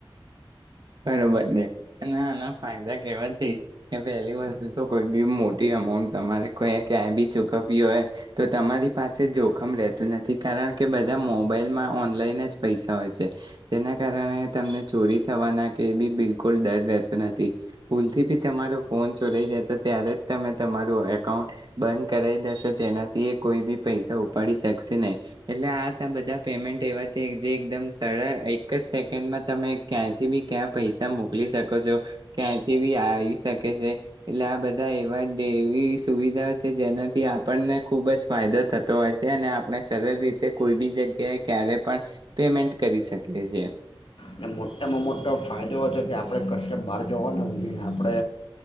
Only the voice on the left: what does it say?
અને મોટામાં મોટો ફાયદો એ છે કે આપણે કશ્યપ બહાર જવાના હોઈએ અને આપણે